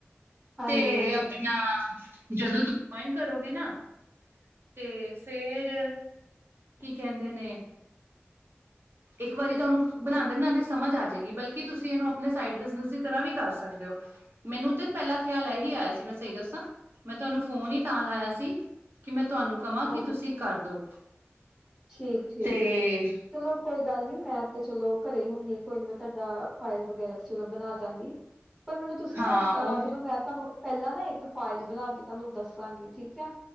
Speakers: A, in the centre; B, on the right.
A: ਹਾਂਜੀ
B: ਤੇ ਕੀ ਨਾਂ ਜਦੋਂ ਤੋਂ ਜੁਆਇਨ ਕਰੋ ਦੇ ਨਾ ਤੇ ਫੇਰ ਕੀ ਕਹਿੰਦੇ ਨੇ ਇੱਕ ਵਾਰੀ ਤੁਹਾਨੂੰ ਬਣਾਉਂਦੇ ਬਣਾਉਂਦੇ ਸਮਝ ਆ ਜਾਏਗੀ ਬਲਕਿ ਤੁਸੀਂ ਇਹਨੂੰ ਆਪਣੇ ਸਾਈਡ ਬਿਜਨਸ ਦੀ ਤਰ੍ਹਾਂ ਵੀ ਕਰ ਸਕਦੇ ਹੋ ਮੈਨੂੰ ਤੇ ਪਹਿਲਾ ਖਿਆਲ ਇਹੀ ਆਇਆ ਸੀ ਮੈਂ ਸਹੀ ਦੱਸਾਂ ਮੈਂ ਤੁਹਾਨੂੰ ਫੋਨ ਹੀ ਤਾਂ ਲਾਇਆ ਸੀ ਕਿ ਮੈਂ ਤੁਹਾਨੂੰ ਕਹਾਂ
A: ਹਾਂਜੀ
B: ਕਿ ਤੁਸੀਂ ਕਰਦੋ
A: ਠੀਕ ਠੀਕ
B: ਤੇ
A: ਜੇ ਚਲੋ ਕੋਈ ਗੱਲ ਨੀ ਮੈਂ ਤੇ ਚਲੋ ਘਰੇ ਹੀ ਹੁੰਦੀ ਕੋਈ ਨੀ ਮੈਂ ਤੁਹਾਡਾ ਫਾਇਲ ਵਗੈਰਾ ਚਲੋ ਬਣਾ ਦਾਂਗੀ ਪਰ ਮੈਨੂੰ ਤੁਸੀਂ
B: ਹਾਂ
A: ਨਾ
B: ਉਹ
A: ਚਲੋ ਮੈਂ ਤੁਹਾਨੂੰ ਪਹਿਲਾਂ ਨਾ ਇੱਕ ਫਾਈਲ ਬਣਾ ਕੇ ਤੁਹਾਨੂੰ ਦੱਸਾਂਗੀ ਠੀਕ ਹੈ